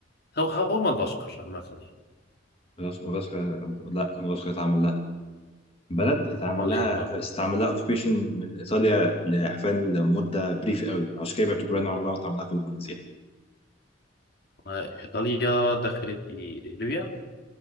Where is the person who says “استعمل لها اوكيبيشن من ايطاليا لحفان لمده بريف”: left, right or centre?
Left